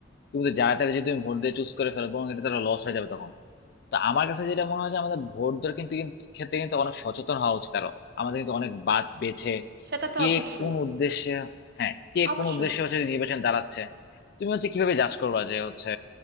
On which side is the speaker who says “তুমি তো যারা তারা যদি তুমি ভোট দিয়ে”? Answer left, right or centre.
Left